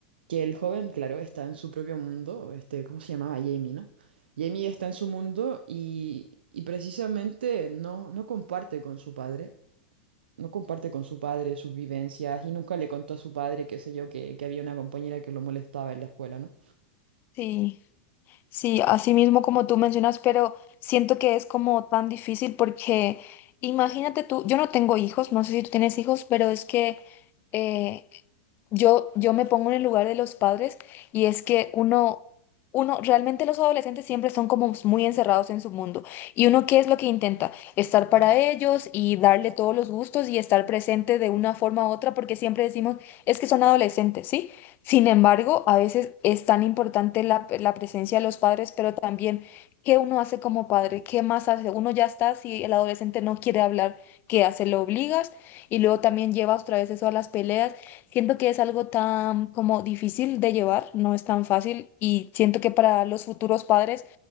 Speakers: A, on the right; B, on the left.
A: que el joven, claro, está en su propio mundo, este, ¿cómo se llamaba? Jamie, ¿no? Jamie está en su mundo y, y precisamente no, no comparte con su padre, no comparte con su padre sus vivencias y nunca le contó a su padre, qué sé yo, que, que había una compañera que lo molestaba en la escuela, ¿no?
B: sí. Sí, así mismo como tú mencionas, pero siento que es como tan difícil porque imagínate tú, yo no tengo hijos, no sé si tú tienes hijos, pero es que eh, yo, yo me pongo en el lugar de los padres y es que uno, uno, realmente los adolescentes siempre son como muy encerrados en su mundo. ¿Y uno qué es lo que intenta? Estar para ellos y darle todos los gustos y estar presente de una forma u otra porque siempre decimos, es que son adolescentes, ¿sí? Sin embargo, a veces es tan importante la, la presencia de los padres, pero también qué uno hace como padre, qué más hace. Uno ya está, si el adolescente no quiere hablar, ¿qué hace? Lo obligas y luego también llevas otra vez eso a las peleas. Siento que es algo tan como difícil de llevar, no es tan fácil y siento que para los futuros padres...